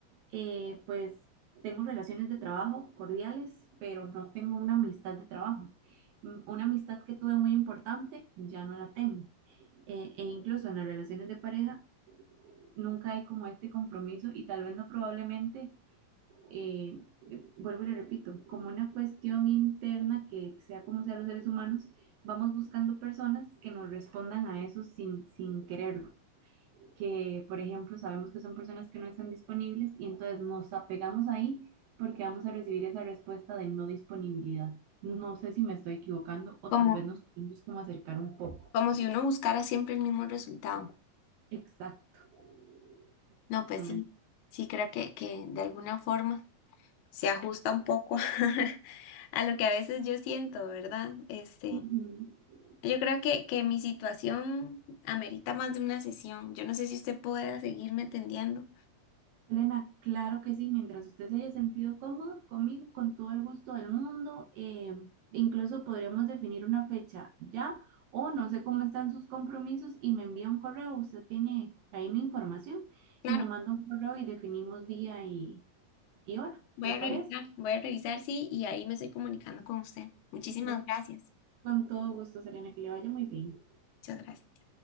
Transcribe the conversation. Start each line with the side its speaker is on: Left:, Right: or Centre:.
Right: eh, pues tengo relaciones de trabajo cordiales, pero no tengo una amistad de trabajo. Mm, Una amistad que tuve muy importante, ya no la tengo eh, e incluso en las relaciones de pareja nunca hay como este compromiso y tal vez no probablemente, eh, vuelvo y le repito, como una cuestión interna que sea como sea los seres humanos, vamos buscando personas que nos respondan a eso sin, sin quererlo, que por ejemplo sabemos que son personas que no están disponibles y entonces nos apegamos ahí porque vamos a recibir esa respuesta de no disponibilidad. No sé si me estoy equivocando o
Left: como,
Right: tal vez nos podemos como acercar un poco.
Left: como si uno buscara siempre el mismo resultado.
Right: Exacto, exactamente.
Left: No, pues sí, sí creo que, que de alguna forma se ajusta un poco <laughs> a lo que a veces yo siento, ¿verdad? Este,
Right: Uh -huh.
Left: yo creo que, que mi situación amerita más de una sesión. Yo no sé si usted pueda seguirme atendiendo.
Right: Selena, claro que sí, mientras usted se haya sentido cómodo conmigo, con todo el gusto del mundo, eh, incluso podríamos definir una fecha ya o no sé cómo están sus compromisos y me envía un correo, usted tiene ahí mi información
Left: Claro.
Right: y me manda un correo y definimos día y, y hora,
Left: Voy
Right: ¿le
Left: a
Right: parece?
Left: revisar, voy a revisar, sí, y ahí me estoy comunicando con usted. Muchísimas
Right: Perfecto.
Left: gracias.
Right: Con todo gusto, Selena, que le vaya muy bien.
Left: Muchas gracias.